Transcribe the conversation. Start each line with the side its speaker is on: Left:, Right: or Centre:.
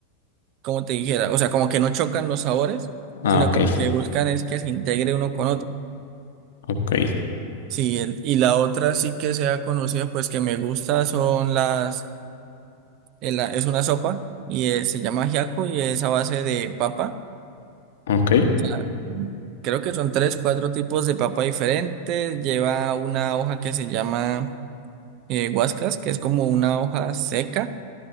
Right: como te dijera, o sea, como que no chocan los sabores,
Left: Ah,
Right: sino
Left: ok,
Right: como que buscan es que se integre uno con otro.
Left: ok,
Right: Sí, el- y la otra sí que sea conocida, pues que me gusta son las, eh, la- es una sopa y es- se llama ajiaco y es a base de papa.
Left: ok.
Right: O Creo que son tres, cuatro tipos de papa diferentes. Lleva una hoja que se llama eh, guascas, que es como una hoja seca.